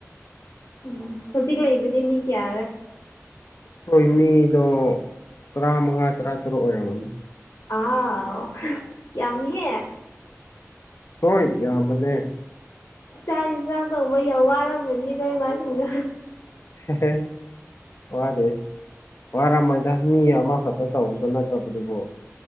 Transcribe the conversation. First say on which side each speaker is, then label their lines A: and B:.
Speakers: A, on the left; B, on the left.
A: ꯎꯝ ꯍꯧꯖꯤꯛ ꯂꯩꯕꯗꯤ ꯃꯤ ꯀꯌꯥꯔꯥ
B: ꯑꯩꯈꯣꯏ ꯃꯤꯗꯣ ꯇꯔꯥꯃꯉꯥ ꯇꯔꯥꯇꯔꯨꯛ ꯑꯣꯏꯔꯝꯒꯅꯤ
A: ꯑꯥꯎ ꯌꯥꯝꯃꯤꯍꯦ
B: ꯍꯣꯏ ꯌꯥꯝꯕꯅꯦ
A: ꯆꯥꯛ ꯏꯟꯖꯥꯡ ꯊꯣꯡꯕ ꯌꯥꯝ ꯋꯥꯔꯝꯃꯅꯤ ꯅꯣꯏ ꯏꯃꯥꯁꯤꯡꯗꯣ
B: <unintelligible> ꯋꯥꯗꯦ ꯋꯥꯔꯝꯃꯣꯏꯗ ꯃꯤ ꯑꯃꯥ ꯈꯛꯇ ꯇꯧꯕꯁꯨ ꯅꯠꯇꯕꯗꯨꯕꯨ